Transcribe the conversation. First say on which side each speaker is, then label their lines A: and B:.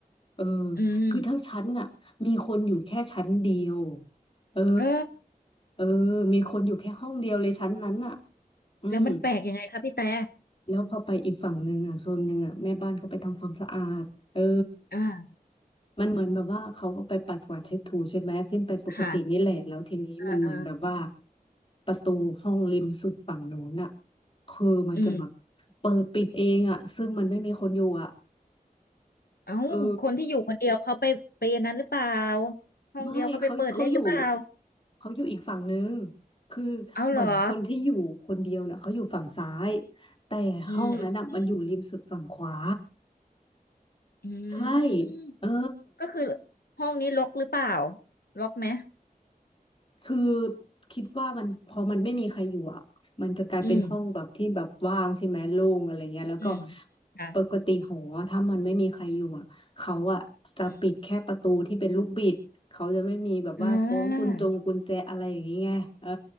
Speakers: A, on the left; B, on the left.
A: เออ
B: อืม
A: คือทั้งชั้นน่ะมีคนอยู่แค่ชั้นเดียว เออ
B: เออ
A: เออมีคนอยู่แค่ห้องเดียวเลยชั้นนั้นน่ะอืม
B: แล้วมันแปลกยังไงคะพี่แต่
A: แล้วพอไปอีกฝั่งหนึ่งอ่ะโซนหนึ่งอ่ะแม่บ้านเขาไปทำความสะอาดเออ
B: อ่า
A: มันเหมือนแบบว่าเขาก็ไปปัดกวาดเช็ดถูใช่ไหมขึ้นไปปกตินี่แหละแล้วทีนี้มันเหมือนแบบว่า
B: ค่ะเอ่าอา
A: ประตูห้องริมสุดฝั่งโน้นอ่ะคือมันจะแบบ
B: อืม
A: เปิดปิดเองอ่ะซึ่งมันไม่มีคนอยู่อ่ะ
B: เอ้าคนที่อยู่คนเดียวเขาไปไปอันนั้นหรือเปล่า
A: เออ
B: ห้องเดียวเขาไปเปิดเล่นหรือเปล่า
A: ไม่เขาเขาอยู่เขาอยู่อีกฝั่งนึงคือเหมือนคนที่อยู่คนเดียวน่ะเขาอยู่ฝั่งซ้าย
B: เอาเหรอ
A: แต่ห้องนั้นน่ะมันอยู่ริมสุดฝั่งขวา
B: อืมอืมอืมอื
A: ใช่
B: ม
A: เออ
B: ก็คือห้องนี้ล็อกหรือเปล่าล็อกไหม
A: คือคิดว่ามันพอมันไม่มีใครอยู่อ่ะมันจะกลายเป็นห้องแบบที่แบบว่างใช่ไหมโล่งอะไรเงี้ยแล้วก็
B: อืมอืมค่ะ
A: ปกติหอถ้ามันไม่มีใครอยู่อ่ะเขาอ่ะจะปิดแค่ประตูที่เป็นลูกบิดเขาจะไม่มีแบบว่าคล้องกุญจงกุญแจอะไรอย่างงี้ไงเออ
B: อืมอ่า